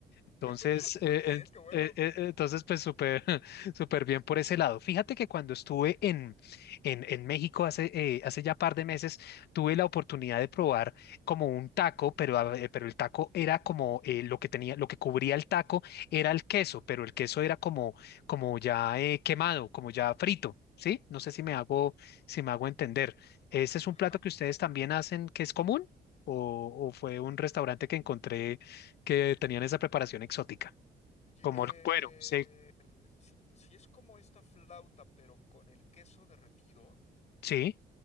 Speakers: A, on the left; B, on the left.
A: Entonces,
B: <laughs> Muy
A: eh,
B: bien,
A: en-
B: qué bueno.
A: eh, eh, entonces pues súper, <laughs> súper bien por ese lado. Fíjate que cuando estuve en, en, en México hace, eh, hace ya par de meses, tuve la oportunidad de probar como un taco, pero, a- eh, pero el taco era como eh, lo que tenía, lo que cubría el taco era el queso, pero el queso era como, como ya eh, quemado, como ya frito. ¿Sí? No sé si me hago, si me hago entender. ¿Ese es un
B: Ajá.
A: plato que ustedes también hacen que es común? ¿O, o fue un restaurante que encontré? que tenían esa preparación exótica,
B: Y-
A: como
B: eh,
A: el cuero. Sí,
B: si, si es como esta flauta, pero con el queso derretido.
A: sí,